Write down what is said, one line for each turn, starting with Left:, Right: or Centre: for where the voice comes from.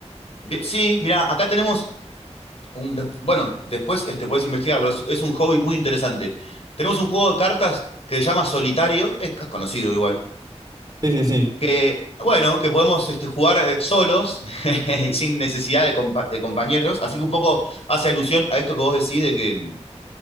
Left: Bien, sí, mira, acá tenemos un de- bueno, después este, puedes investigarlo, es, es un hobby muy interesante. Tenemos un juego de cartas que se llama Solitario, es es conocido igual,
Right: Sí, sí, sí.
Left: que, bueno, que podemos este, jugar eh, solos <laughs> y sin necesidad de, compa- de compañeros, así que un poco hace alusión a esto que vos decís de que,